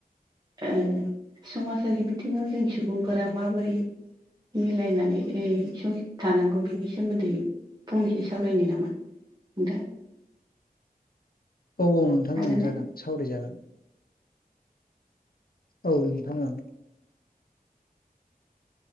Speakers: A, on the right; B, on the left.
A: ओ समाजारि बिथिङाव जों सुबुंफोरा माबोरै। मिलायनानै ओ सं थानांगौ बेनि सोमोन्दै फंनैसो सावरायनो नामा? <unintelligible>
B: औ औ नोंथां
A: हागोन
B: ओं जागोन
A: ना
B: सावराय जागोन। औ नोंथां ओं।